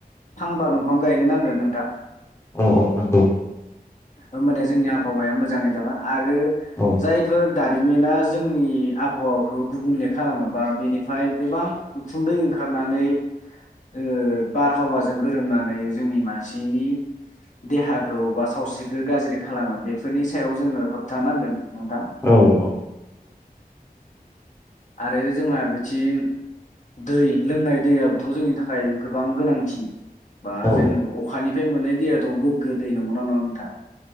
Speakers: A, on the left; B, on the left.
A: फांबा दंफां गायनो नांगोन नोंथां।
B: औ औ नंगौ।
A: होनबाना जोंनि आबहावाया मोजाङै थागोन। आरो
B: औ
A: जायफोर दारिमिना जोंनि आबहावाखौ गुबुंले खालामोबा। बेनिफ्राय गोबां उखुन्दै ओंखारनानै ओ बारहावाजों गोरोमनानै जोंनि मानसिनि देहाखौ सावस्रिखौ गाज्रि खालामो बेफोरनि सायाव जोङो होबथानांगोन। नोंथां
B: औ औ नंगौ।
A: आरो जोंहा बिथिं दै लोंनाय दैआोथ' जोंनि थाखाय गोबां गोनांथि। बा
B: औ
A: जों अखानिफ्राय मोननाय दै दैयाथ' गोग्गो दै नंगौना नङा नोंथां?